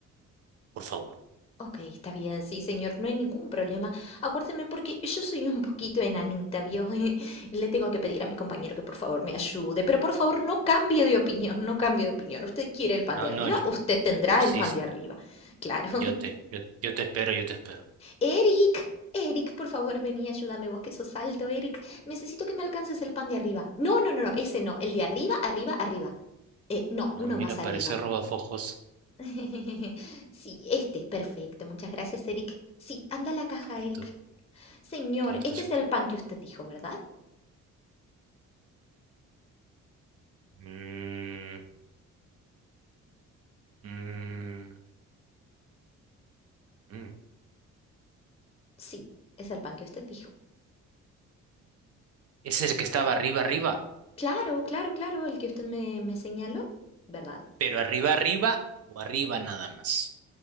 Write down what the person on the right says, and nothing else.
por favor.
No,
no, yo-
sí.
Yo te, yo, yo te espero, yo te espero.
Ah,
mira,
parece
robafojos.
Qué alto,
qué alto
es
el
tipo.
Mm, mm, mm.
Es el que estaba arriba, arriba,
pero arriba, arriba o arriba nada más.